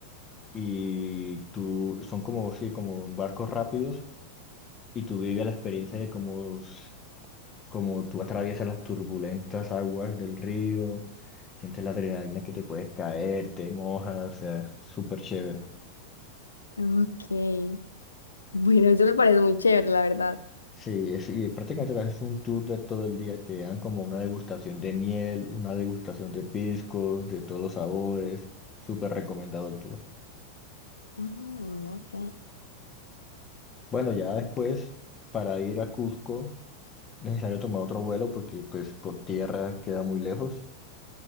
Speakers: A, on the left (about 20°); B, on the left (about 75°).
A: y tú, son como, sí, como barcos rápidos y tú vives la experiencia de como como tú atraviesas las turbulentas aguas del río, sientes la adrenalina que te puedes caer, te mojas, o sea, súper chévere.
B: Ok. Bueno, eso me parece muy chévere, la verdad.
A: Sí, es, y prácticamente te haces un tour de todo el día, te dan como una degustación de miel, una degustación de piscos, de todos los sabores, súper recomendado el tour.
B: Mm, ok,
A: Bueno, ya después, para ir a Cusco, necesario tomar otro vuelo porque pues por tierra queda muy lejos.